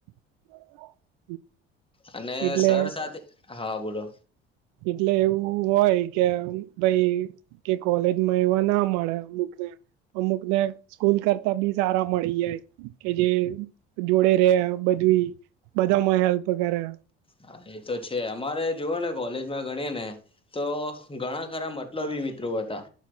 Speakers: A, on the right (about 65°); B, on the left (about 15°).
A: <inaudible>
B: અને
A: એટલે
B: સર સાથે હા બોલો
A: એટલે એવું હોય કે અમ ભાઈ કે કોલેજમાં એવા ના મળે અમુક ને. અમુક ને સ્કૂલ કરતા બી સારા મળી જાય કે જે જોડે રહે બધીઇ બધામાં હેલ્પ કરે
B: હા એ તો છે અમારે જુઓ ને કોલેજમાં ગણીએ ને તો ઘણા ખરા મતલબી મિત્રો હતા.